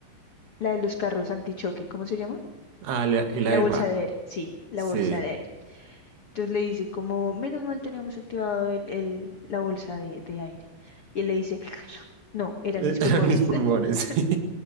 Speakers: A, on the left; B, on the right.
A: la de los carros antichoque, ¿cómo se llama?
B: Ah, la- el
A: La
B: airbag.
A: bolsa de aire, sí, la
B: Sí.
A: bolsa de aire. Entonces le dice como, menos mal tenemos activado el, el- la bolsa de, de aire. Y él le dice, <laughs> no, eran
B: Eh,
A: mis pulmones.
B: <laughs> Mis pulmones.
A: <laughs>
B: sí.